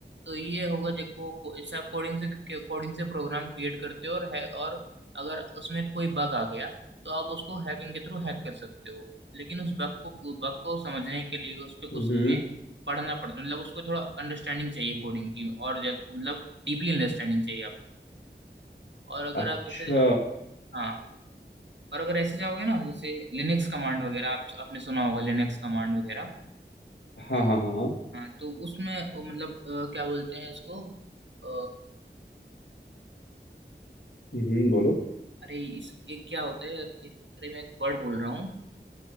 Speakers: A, on the right; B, on the left.
A: तो ये होगा देखो को, इससे आप कोडिंग से कोडिंग से प्रोग्राम क्रिएट करते हो और है और अगर उसमें कोई बग आ गया तो आप उसको हैकिंग के थ्रू हैक कर सकते हो लेकिन उस बग को बग को समझने के लिए उस पे
B: हम्म
A: उसमें पढ़ना पड़ता है मतलब उसको थोड़ा अंडरस्टैंडिंग चाहिए कोडिंग की और जब- मतलब डीपली अंडरस्टैंडिंग चाहिए आप और अगर
B: अच्छा
A: आप जैसे हाँ और अगर ऐसे जाओगे ना जैसे लिनक्स कमांड वगैरह आप आपने सुना होगा लिनक्स कमांड वगैरह
B: हाँ हाँ हाँ हाँ
A: हाँ तो उसमें वो मतलब अ, क्या बोलते हैं इसको अ,
B: हम्म बोलो
A: अरे इस एक क्या होता है यार कि अरे मैं एक वर्ड बोल रहा हूँ